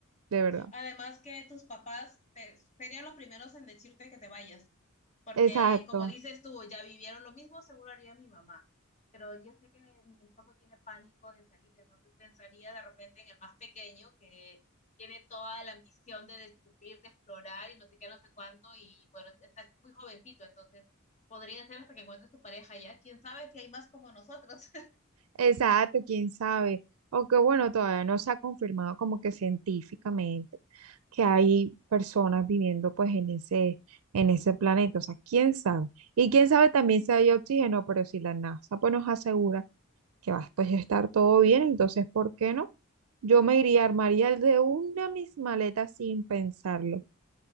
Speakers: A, on the right; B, on the left.
A: de verdad.
B: Además que tus papás te, serían los primeros en decirte que te vayas, porque
A: Exacto.
B: como dices tú, ya vivieron lo mismo, seguro haría mi mamá. Pero yo sé que mi esposo tiene pánico de salir, entonces pensaría de repente en el más pequeño que tiene toda la ambición de descubrir, de explorar y no sé qué, no sé cuánto, y bueno, está muy jovencito, entonces podría ser hasta que encuentres tu pareja ya. ¿Quién sabe si hay más como nosotros?
A: Exacto, quién sabe. Aunque bueno, todavía no se ha confirmado como que científicamente que hay personas viviendo pues en ese, en ese planeta. O sea, quién sabe. Y quién sabe también si hay oxígeno, pero si la NASA pues nos asegura que va pues, a pues, estar todo bien, entonces, ¿por qué no? Yo me iría, armaría de una mis maletas sin pensarlo.